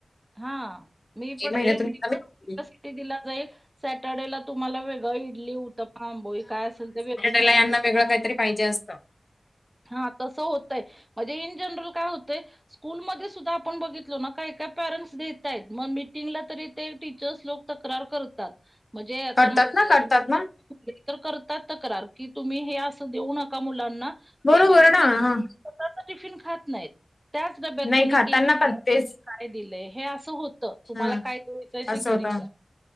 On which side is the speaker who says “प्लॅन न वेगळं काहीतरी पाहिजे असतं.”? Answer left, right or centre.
Left